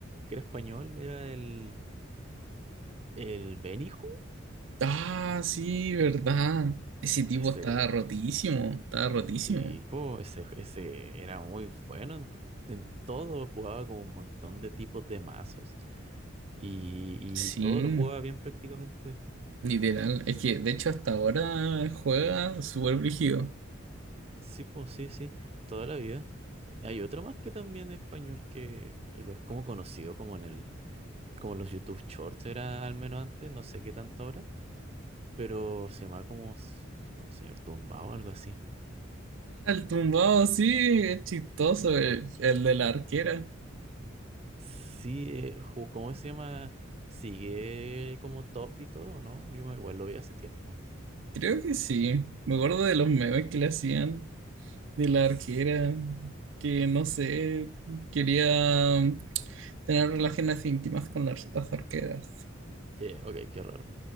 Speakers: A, on the right; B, on the right.
A: que era español, era el, el Beniju,
B: Ah, sí, verdad. Ese tipo
A: ese,
B: estaba rotísimo, estaba rotísimo.
A: Sí, pues ese, ese era muy bueno en, en todo, jugaba como un montón de tipos de mazos y,
B: Sí,
A: y todo lo jugaba bien prácticamente.
B: literal. Es que de hecho hasta ahora juega súper brígido.
A: Sí, pues sí, sí, toda la vida. Hay otro más que también es español que, que es como conocido como en el, como los YouTube Shorts era al menos antes, no sé qué tanto ahora, pero se llama como S- Señor Tumbao o algo así.
B: El tumbado, sí, es chistoso, el, el de la arquera.
A: Sí, eh, ju- ¿cómo se llama? Sigue como top y todo, ¿no? Yo me- igual lo vi hace tiempo.
B: Creo que sí. Me acuerdo de los memes que le hacían de la
A: S-
B: arquera, que no sé, quería mm, tener relaciones íntimas con las, las arqueras.
A: Que, ok, qué raro.